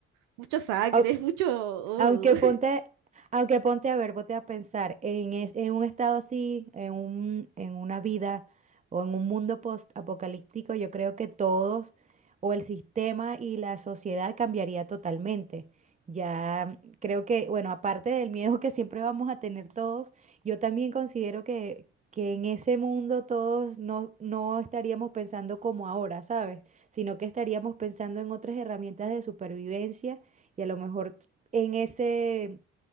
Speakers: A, on the right; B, on the right.
A: mucha sangre,
B: Au-
A: <laughs> mucho...
B: Aunque
A: uh.
B: ponte, aunque ponte a ver, ponte a pensar en, es- en un estado así, en un, en una vida o en un mundo post-apocalíptico, yo creo que todos o el sistema y la sociedad cambiaría totalmente. Ya creo que, bueno, aparte del miedo que siempre vamos a tener todos, yo también considero que, que en ese mundo todos no, no estaríamos pensando como ahora, ¿sabes? Sino que estaríamos pensando en otras herramientas de supervivencia y a lo mejor en ese